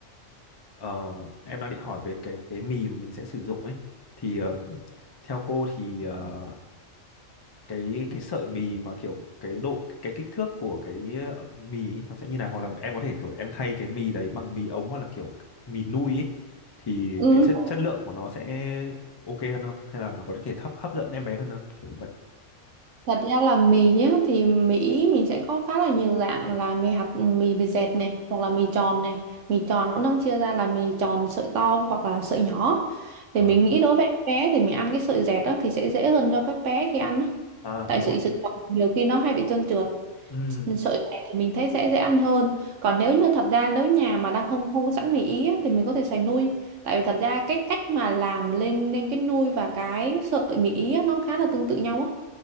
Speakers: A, on the left; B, on the right.
A: ờ, em đang định hỏi về cái cái mì mà mình sẽ sử dụng ấy thì ờ, theo cô thì ờ, cái cái sợi mì mà kiểu cái độ cái kích thước của cái ờ, mì ấy, nó sẽ như nào hoặc là em có thể kiểu em thay cái mì đấy bằng mì ống hoặc là kiểu mì nui ấy thì
B: ừ.
A: cái chất chất lượng của nó sẽ ok hơn không hay là nó có thể hấp hấp dẫn em bé hơn không kiểu như vậy
B: thật ra là mì nhá thì Mỹ mình sẽ có khá là nhiều dạng là mì hạt mì bề dẹt này hoặc là mì tròn này mì tròn cũng đang chia ra là mì tròn sợi to hoặc là sợi nhỏ thì
A: vâng
B: mình nghĩ đối với em bé thì mình ăn cái sợi dẹt đó thì sẽ dễ hơn cho các bé khi ăn á.
A: à
B: tại
A: đúng
B: sợi
A: rồi
B: sợi tròn nhiều khi nó hay bị trơn trượt
A: ừ
B: sợi dày thì mình thấy sẽ dễ ăn hơn còn nếu như thật ra nếu nhà mà đang không không có sẵn mì ý á, thì mình có thể xài nui tại vì thật ra cách cách mà làm lên lên cái nui và cái sợi mì ý á, nó khá là tương tự nhau á